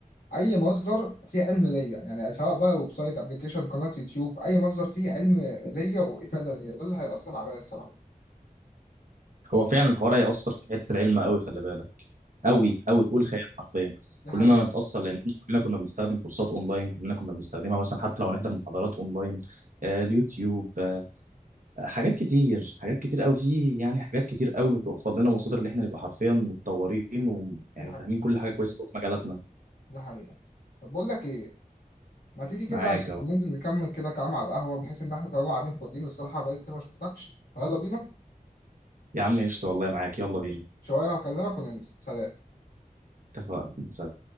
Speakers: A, on the left; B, on the right.
A: اي مصدر فيه علم ليا يعني سواء بقى ويب سايت ابلكيشن قناه يوتيوب اي مصدر فيه علم ليا وافاده ليا ده اللي هيأثر عليا الصراحه
B: هو فعلا الحوار هيأثر في حتة العلم قوي خلي بالك
A: اه
B: قوي قوي فوق الخيال حرفيا
A: دي حقيقه
B: كلنا هنتأثر لأن كلنا كنا بنستخدم كورسات أونلاين كلنا كنا بنستخدمها مثلا حتى لو هنحضر محاضرات أونلاين آه اليوتيوب آه حاجات كتير حاجات كتير قوي في يعني حاجات كتير قوي بتوفر لنا مصادر اللي احنا نبقى حرفيا متطورين ويعني
A: دي حقيقه
B: فاهمين كل حاجة كويسة قوي في مجالاتنا
A: دي حقيقه طب بقول لك ايه ما تيجي كده
B: معاك أهو
A: ننزل نكمل كده كلام على القهوه بحيث ان احنا طالما قاعدين فاضيين الصراحه بقالي كتير ما شفتكش يلا بينا
B: يا عم قشطة والله معاك يلا
A: ماشي
B: بينا
A: شويه هكلمك وننزل سلام
B: اتفقنا سلام.